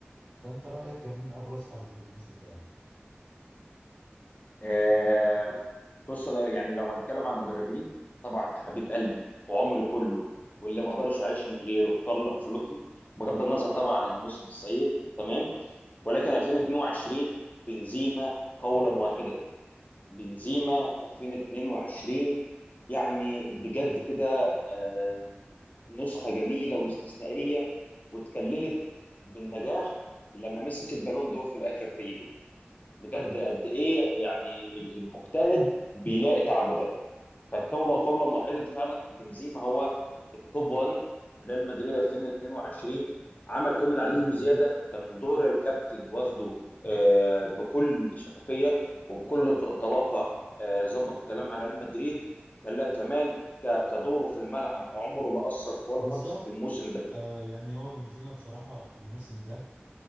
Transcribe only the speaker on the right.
فانت رأيك كان مين ابرز حد في الموسم ده يعني
بالظبط
آه يعني هو بنزيما بصراحة الموسم ده